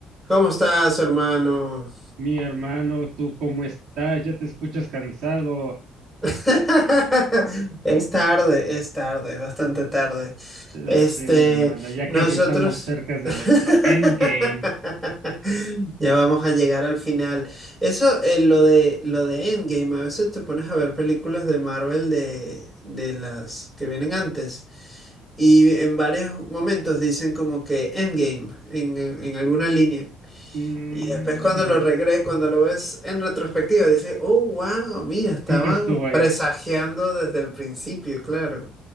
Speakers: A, in the centre; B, on the right (about 80°).
A: ¿Cómo estás, hermano?
B: Mi hermano, ¿tú cómo estás? Ya te escuchas cansado.
A: <laughs> Es tarde, es tarde, bastante tarde.
B: Lo
A: Este,
B: sé, mi hermano, ya
A: nosotros
B: casi estamos cerca de
A: <laughs>
B: nuestro endgame.
A: ya vamos a llegar al final. Eso, eh, lo de, lo de Endgame, a veces te pones a ver películas de Marvel de, de las que vienen antes. Y en varios momentos dicen como que Endgame en en alguna línea.
B: Mm,
A: Y después cuando lo regre, cuando lo ves en retrospectiva, dices, oh, wow, mira, estaban
B: siempre estuvo ahí.
A: presagiando desde el principio, claro.